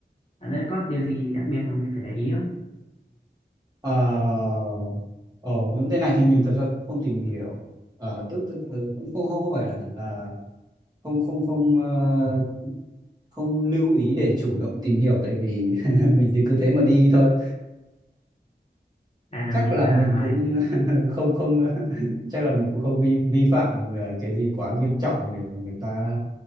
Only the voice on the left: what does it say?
ở đây có điều gì đặc biệt mà mình phải để ý không?
Tại là
mình
à,
ngoài